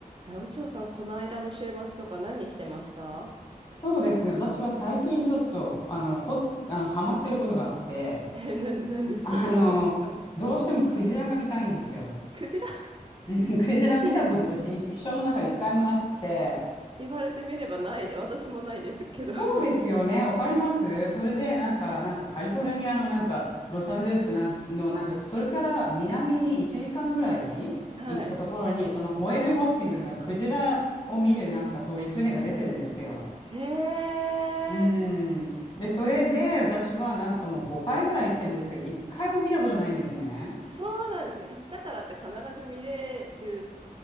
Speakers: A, on the right; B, on the left.
A: え、お嬢さん、この間の週末とか何してました
B: そうですね。私は最近ちょっと、あの、こ、あの、ハマってることがあって、
A: <laughs> え、な、何ですか何してんですか
B: <laughs> あの、どうしてもクジラが見たいんですよ。
A: クジラ
B: <laughs> クジラ見たこと私、
A: <laughs>
B: 一生の中で一回もなくて、
A: 言われてみればないで、私もないですけど。<laughs>
B: そうですよね。わかりますそれで、なんか、なんかカリフォルニアの、なんか、ロサンゼルスなんの、なんか、それから南に1時間ぐらい行ったところに、
A: はい。
B: そのホエールウォッチングの、なんか、クジラを見る、なんか、そういう船が出てるんですよ。
A: へえ、
B: うん。で、それで私はなんかもう5回ぐらい行ってるんですけど、1回も見たことないんですね。
A: そうなんですね。行ったからって必ず見れるっ